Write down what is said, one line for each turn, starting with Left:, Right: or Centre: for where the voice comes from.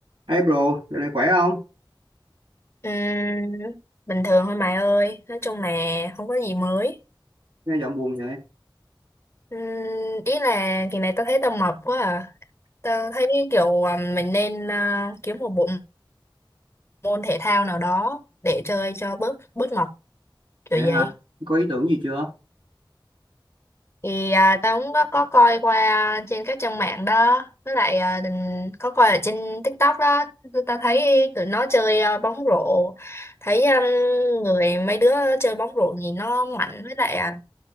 Right: Hey bro, giờ này khỏe không?
Left: Ừm, bình thường thôi mày ơi nói chung là không có gì mới
Right: Nghe giọng buồn vậy.
Left: Ừm, ý là kỳ này tao thấy tao mập quá à tao thấy kiểu à, mình nên à, kiếm một bộ môn thể thao nào đó để chơi cho bớt bớt mập kiểu
Right: Vậy hả?
Left: vậy
Right: Có ý tưởng gì chưa?
Left: thì à, tao cũng có, có coi qua trên các trang mạng đó với lại à, đình- có coi ở trên TikTok đó tụi tao thấy tụi nó chơi à, bóng rổ thấy um, người mấy đứa chơi bóng rổ nhìn nó mạnh với lại à,